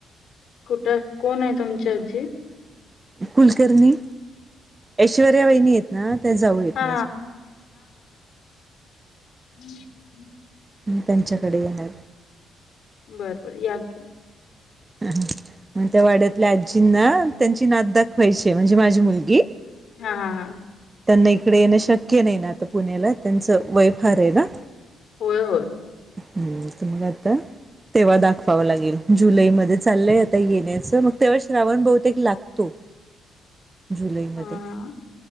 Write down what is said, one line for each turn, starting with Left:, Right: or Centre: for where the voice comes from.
Left: कुठं कोण आहे तुमच्या आजी
Right: कुलकर्णी ऐश्वर्या वाहिनी आहेत ना ते जाऊ आहेत
Left: हा
Right: माझ्या
Left: हम्म हम्म
Right: त्यांच्याकडे येणार
Left: बरबर या की
Right: मग त्या वाड्यातल्या आजींना त्यांची नात दाखवायची म्हणजे माझी मुलगी
Left: हा हा हा
Right: त्यांना इकडे येणं शक्य नाही ना आता पुण्याला त्यांचं वय फार आहे ना
Left: होय होय
Right: हम्म मग आता तेव्हा दाखवाव लागेल जुलैमध्ये चाललंय आता येण्याच मग तेव्हा श्रावण बहुतेक लागतो जुलैमध्ये
Left: अ